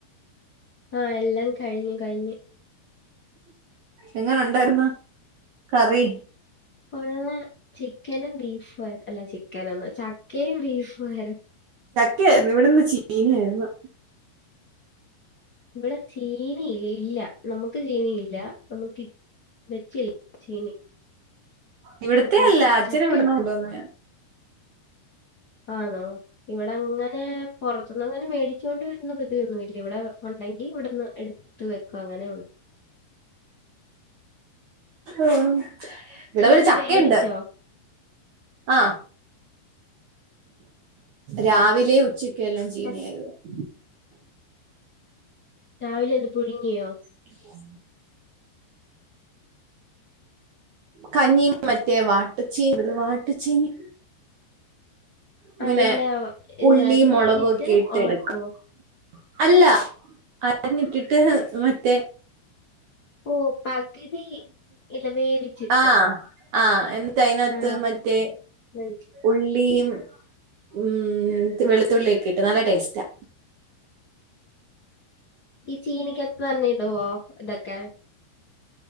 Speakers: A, on the left; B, on the right.
A: ആ എല്ലാം കഴിഞ്ഞു കഴിഞ്ഞ്
B: എങ്ങനെ ഉണ്ടായിരുന്ന കറി
A: ഒ ചിക്കനും ബീഫും അല്ല ചിക്കന എന്നു ചക്കയും ബീഫും ആർ
B: ക്കെരുന്നു ഇവിടെന്ന് ചീനായിരുന്നു
A: ഇവിടെ ചീന ഇല്ല നമുക്ക് ചീനയില്ല നമുക്ക് വെച്ചിൽ ചീനി
B: ഇവിടത്തെ
A: അപ്പൊ
B: അല്ല അച്ഛന
A: ചക്കയുണ്ട്.
B: ഇവിടന്ന കോണ്ടൂന്നെയാ
A: ആണോ ഇവിടെ അങ്ങനെ പുറത്തുന്നും അങ്ങനെ മേടിച്ചുക കൊണ്ട് വരുന്ന പതിവൊന്നു ഇല്ല ഇവിടെ ഉണ്ടെങ്കി ഇവിടുന്ന് എടുത്ത വെക്കും അങ്ങനെ ഉള്ളൂ
B: ആഹ ഇവിടെ
A: ചീനി
B: ഒരു ചക്കയുണ്ട്
A: വേവിച്ചോ?
B: ആഹ രാവിലെ ഉച്ചക്കെല്ലാം ചീനിയായിരുന്നു
A: ര
B: <inaudible>
A: രാവിലെ എന്ത് പുഴുങ്ങിയോ
B: <inaudible> കഞ്ഞീ മറ്റേ വാട്ടച്ചീ ഉണ്ടല്ലോ വാട്ടച്ചീനി ഇങ്ങനെ
A: ആ ഇല്ല ഏഹ്,
B: ഉള്ളി
A: അരിഞ്ഞിട്ടിട്ട്
B: മുളകും ഒക്കെ ഇട്ട
A: ഉണക്കുവോ?
B: എടുക്കാം അല്ല അരഞ്ഞിട്ടിട്ട് മറ്റേ
A: ഓ പകുതി ഇല്ല വേവിച്ചിട്ട്.
B: ആഹ ആ എന്ന അതിനതിനകത്ത്
A: ആ
B: മറ്റ മറ്റേ
A: മനസ്സി
B: ഉള്ളിയും ഉം വെളുത്തുള്ളി ഒക്കെട്ട് നല്ല ടേസ്റ്റാ
A: ഈ ചീനിക്ക് എത്ത പറഞ്ഞടുവോ ഇതൊക്കെ